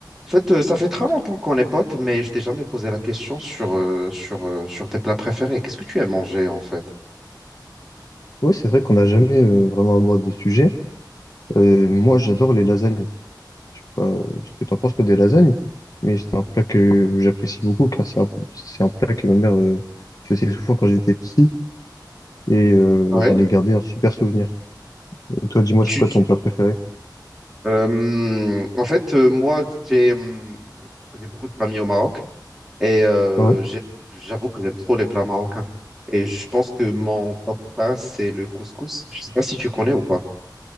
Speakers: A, in the centre; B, on the left (about 50°).
A: En fait, euh, ça fait très longtemps qu'on est potes, mais je t'ai jamais posé la question sur, euh, sur, euh, sur tes plats préférés. Qu'est-ce que tu aimes manger, en fait?
B: Ouais, c'est vrai qu'on n'a jamais euh, vraiment abordé des sujets. Euh, moi, j'adore les lasagnes. Je sais pas ce que t'en penses, toi, des lasagnes, mais c'est un plat que j'apprécie beaucoup car c'est un, c'est un plat que ma mère euh, faisait souvent quand j'étais petit et euh,
A: Ouais.
B: j'en ai gardé un super souvenir. Et toi, dis-moi,
A: Tu...
B: c'est quoi
A: tu-
B: ton plat préféré?
A: Euh, en fait, euh, moi, j'ai hum, j'ai beaucoup de famille au Maroc et euh,
B: Ouais.
A: j'ai- j'avoue que j'aime trop les plats marocains. Et je pense que mon top un, c'est le couscous. Je sais pas si tu connais ou pas.